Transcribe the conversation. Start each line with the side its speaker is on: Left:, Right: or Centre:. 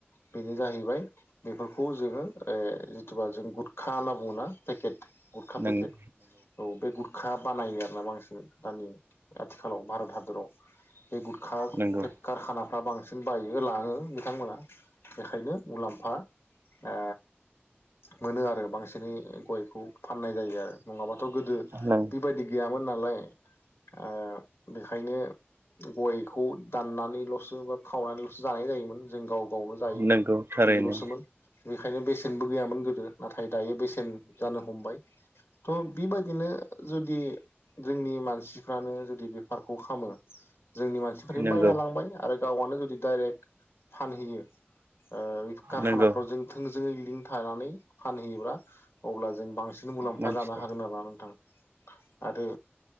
Left: बेनो जाहैबाय बेफोरखौ जोंङो ओ जिथुबा जों गुतखा होनना बुंङोना पेकेट गुरखा
Right: नंगौ
Left: पेकेट औ बे गुर खा बानायो आरोना बांसिन दानि आथिखालाव भारत हादराव बे गुटखा
Right: नंगौ
Left: फेक्खार खाना फा बांसिन बायो लांङो बिथांमोना बेखायनो मुलाम्फा ओ मोनो आरो बांसि फेनाय गयखौ फाननाय जायो आरो नङाबाथ गोदो
Right: नंगौ
Left: बिबायदि गैयामोन नालाय आ बेखायनो गयखौ दाननानैलसो बा खावनानैलसो जानाय जायोमोन जों गाव जायोमोन
Right: नंगौ थारैनो
Left: बिदिल'सोमोन। बेखायनो बेसेनबो गैयामोन गोदो नाथाय दायो बेसेन जानो हमबाय थ' बिबादिनो जुदि जोंनि मानसिफ्रानो जुदि बेफारखौ खाममो जोंनि मानसिफोरोन
Right: नंगौ
Left: बायना लांबाय आरो गाव गावनो जुदि डाइरेक्ट फानहैयो ओ ओइ कारखानाफ्राव
Right: नंगौ
Left: जों थोंजोङै लिंक थानानै फानहैयोब्ला अब्ला जों बांसिन मुलाम्फा
Right: मानसि
Left: जानो हागोन आरोना नोंथां। आरो